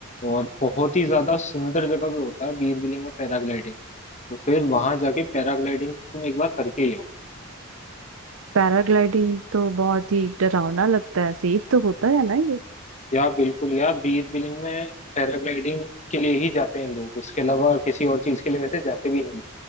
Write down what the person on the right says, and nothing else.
पैराग्लाइडिंग तो बहुत ही डरावना लगता है सेफ तो होता है ना ये